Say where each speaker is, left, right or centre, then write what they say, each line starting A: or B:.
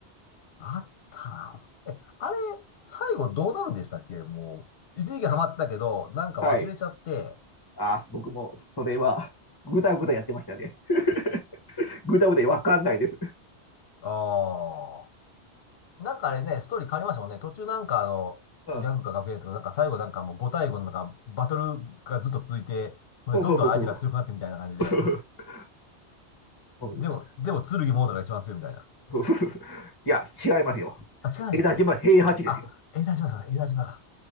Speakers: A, on the left (about 60°); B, on the left (about 20°).
A: あったな。え、あれ、最後どうなるんでしたっけもう、一時期ハマったけど、なんか忘れちゃって、
B: はい。あ、僕もそれは、ぐだぐだやってましたね。<laughs> ぐだぐだわかんないです。
A: ああ、なんかあれね、ストーリー変わりましたもんね。途中なんかあの、
B: うん。
A: ギャグか学園とか、なんか最後なんかもう5対5のなんか、バトルがずっと続いて、ほんでどんどん相手が強くなってみたいな感じで。
B: そうそうそうそう。<laughs> そう
A: でも、でも、剣モードが一番強いみたいな。
B: そうそうそう。いや、違いますよ。
A: あ、違いましたっけ
B: 枝島平八ですよ。
A: あ、江田島さん、江田島だ。